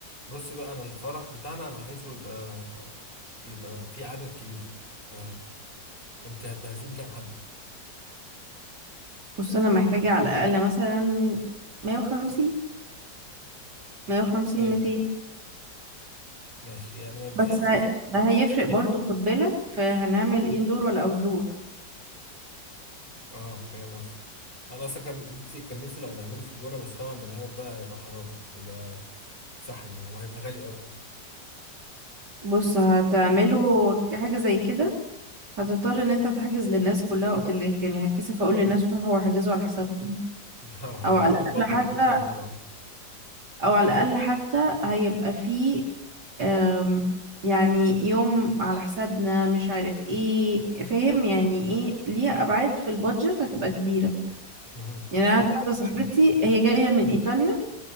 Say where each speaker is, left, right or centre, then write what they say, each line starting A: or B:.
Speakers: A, on the left; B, on the right.
A: بصي بقى انا الفرح بتاعنا انا عايزه يبقى يبقى في عدد كبير ف انت هتعزمي كام حد
B: بص انا محتاجة على الاقل مثلا 150 150
A: حلو
B: 200
A: ماشي يعني مبدئيا
B: بس ه- ده هيفرق برضو خد بالك فهنعمل اندور ولا اوت دور
A: اه فاهم قصدك انا اصلا كان نفسي كان نفسي لو نعمله في الجونه بس طبعا بالعدد ده هيبقى حرام يبقى سحله وهيبقى غالي قوي
B: بص هتعمله حاجة زي كده هتضطر ان انت تحجز للناس كلها اوتيلات يعني هتكسف اقول للناس روحوا واحجزوا على حسابكم
A: <laughs> ده وهيبقى
B: او على
A: اوفر
B: الاقل
A: بادجت
B: حتى
A: جدا طبعا
B: او على الاقل حتى هيبقى فيه أم، يعني يوم على حسابنا مش عارف ايه فاهم يعني ايه ليها ابعاد في البادجت هتبقى كبيرة
A: مهم.
B: يعني انا عندي واحده صاحبتي هي جايه من ايطاليا